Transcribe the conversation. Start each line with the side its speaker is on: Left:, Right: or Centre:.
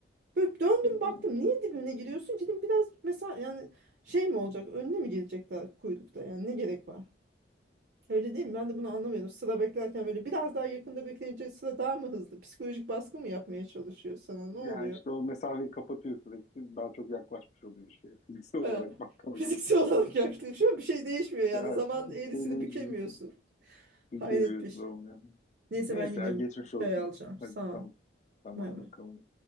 Right: Böyle döndüm
Left: Hmm.
Right: baktım. Niye dibine giriyorsun ki? Dedim biraz mesela yani şey mi olacak? Önüne mi gelecekler kuyrukta? Yani ne gerek var? Öyle değil mi? Ben de bunu anlamıyorum. Sıra beklerken böyle biraz daha yakında bekleyince sıra daha mı hızlı? Psikolojik baskı mı yapmaya çalışıyor sana? Ne
Left: Ya
Right: oluyor?
Left: işte o mesafeyi kapatıyor sürekli. Daha çok yaklaşmış oluyor şey. <laughs> Fiziksel
Right: He.
Left: olarak bakmak
Right: <laughs> Fiziksel olarak yaklaşıyor. Bir şey değişmiyor yani.
Left: Ya,
Right: Zaman
Left: bir
Right: eğrisini
Left: şey değişmiyor.
Right: bükemiyorsun.
Left: Ülke
Right: Hayret
Left: birisi
Right: bir şey.
Left: olmuyor.
Right: Neyse
Left: Neyse
Right: ben gidiyorum.
Left: ya geçmiş
Right: Bir
Left: olsun.
Right: çay alacağım.
Left: Hadi
Right: Sağ
Left: tamam.
Right: ol.
Left: Tamam
Right: Bay bay.
Left: bakalım.